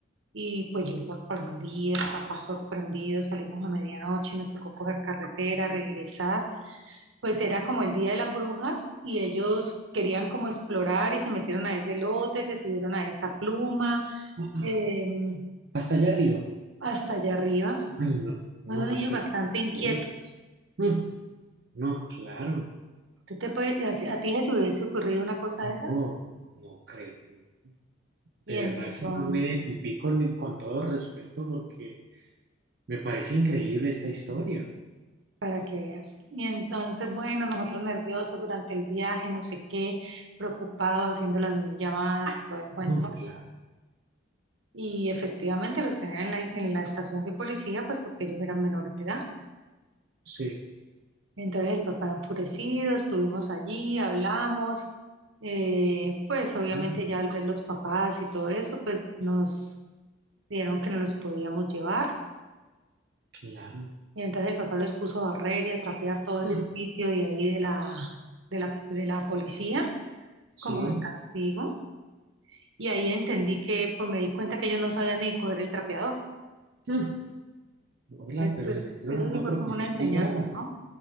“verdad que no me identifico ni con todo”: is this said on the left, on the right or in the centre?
Right